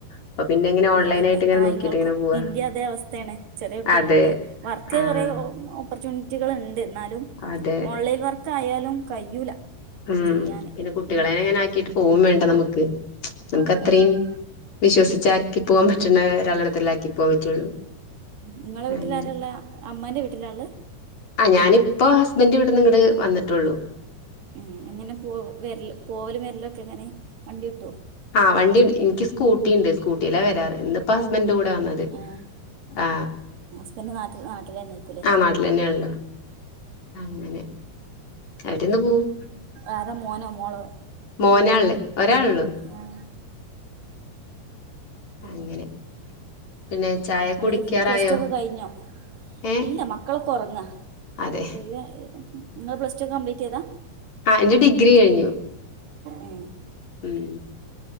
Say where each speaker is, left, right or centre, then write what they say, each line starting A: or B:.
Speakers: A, on the left (about 45°); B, on the right (about 55°).
A: അപ്പൊ പിന്നെ ഇങ്ങനെ ഓൺലൈൻ
B: ഇല്ലല്ല
A: ആയിട്ട് ഇങ്ങനെ
B: ആഹ്
A: നോക്കിട്ട്
B: ഇങ്ങൾക്കും
A: ഇങ്ങനെ പോവാ
B: ഇൻ്റേം അതേ അവസ്ഥയാണ് ചെറിയ കുട്ടിയായോണ്ട്
A: അതെ
B: വർക്ക്
A: ആഹ്
B: കൊറേ ഓപ്പർച്യൂണിറ്റികൾ ണ്ട് എന്നാലും
A: അതെ
B: ഓൺലൈൻ വർക്ക് ആയാലും കഴിയൂല
A: ഉം
B: ചെയ്യാന്
A: പിന്നെ കുട്ടികളെനെ
B: ഉം
A: അങ്ങനെ ആക്കിട്ട് പോകും വേണ്ടേ നമുക്ക് നമുക്ക്
B: ഉം
A: അത്രയും
B: ഉം
A: വിശ്വസിച്ച് ആക്കി പോകാൻ പറ്റുന്ന ഒരാ ളടത്തല്ലേ ആക്കി പോവാൻ പറ്റുള്ളൂ
B: നിങ്ങളെ വീട്ടിലാരാ
A: അങ്ങനെ
B: ഉള്ളേ അമ്മാൻ്റെ വീട്ടിലാ ഇള്ള്
A: ആഹ് ഞാനിപ്പോ ഹുസ്ബൻഡ് വീട്ടീന്ന് ഇങ്ങട്ട് വന്നിട്ട് ഒള്ളൂ
B: ആഹ് അങ്ങനെ പോൽ പോവലും വരലൊക്കെ അങ്ങനെ വണ്ടി വിട്ടുമോ
A: ആഹ് വണ്ടി എനിക്ക് സ്കൂട്ടി ഉണ്ട് സ്കൂട്ടിയിലാ വരാറ് ഇന്നിപ്പോ ഹസ്ബൻഡ കൂടെ വന്നത്
B: ആ
A: ആ
B: ഹസ്ബൻഡ് നാട്ട നാട്ടിൽ തന്നെയ്ക്കല്ലേ
A: ആ നാട്ടിൽ തന്നെയാണല്ലോ അങ്ങനെ അവരിന്ന് പോവും
B: ആരാ മോനോ മോളോ
A: മോനാ ഉള്ളേ ഒരാൾ ഉള്ളു
B: ആഹ്
A: അങ്ങനെ പിന്നെ ചായ
B: നിങ്ങൾ
A: കുടിക്കാറായോ
B: പ്ലസ് ടു ഒക്കെ കഴിഞ്ഞോ
A: ഏ
B: ഇല്ലമ മക്കൾ ഒക്കെ ഉറങ്ങ
A: അതെ
B: പിന്നെ ഇങ്ങൾ പ്ലസ് ടു ഓക്കേ കംപ്ലീറ്റ് ചെയ്താ
A: ആഹ് എന്റെ ഡിഗ്രി കഴിഞ്ഞു
B: ഉം
A: ഉം <inaudible>